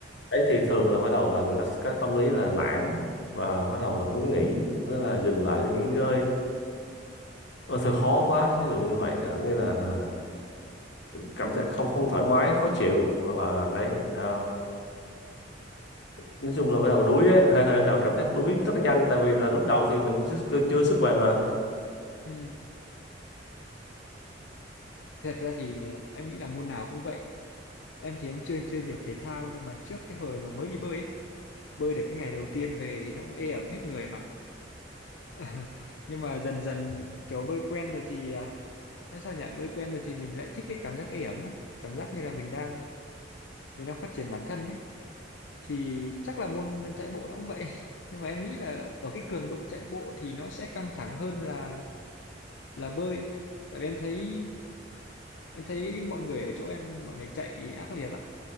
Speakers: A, on the left; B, on the left.
A: ấy thì thường là bắt đầu là người ta sẽ có tâm lý là nản và bắt đầu là muốn nghỉ nên là dừng lại để nghỉ ngơi ôi thôi khó quá ví dụ như vậy ờ, nghĩa là là, là cảm giác không không thoải mái khó chịu hoặc là đấy à, nói chung là bắt đầu đuối ấy hơi hơi bắt đầu cảm giác đuối rất là nhanh tại vì là lúc đầu thì mình chưa, chưa sức bền mà
B: Ừ. Thật ra thì em nghĩ là môn nào cũng vậy. Em thì em chưa chơi nhiều thể thao nhưng mà trước cái hồi mà mới đi bơi ấy, bơi được cái ngày đầu tiên về thì nó cũng ê ẩm hết người mà. <laughs> Nhưng mà dần dần kiểu bơi quen rồi thì à, nói sao nhỉ? Bơi quen rồi thì mình lại thích cái cảm giác ê ẩm ấy, cảm giác như là mình đang mình đang phát triển bản thân ấy. Thì chắc là môn chạy bộ nó cũng vậy. <laughs> Nhưng mà em nghĩ là ở cái cường độ chạy bộ thì nó sẽ căng thẳng hơn là là bơi. Tại vì em thấy em thấy mọi người ở chỗ em mọi người chạy ác liệt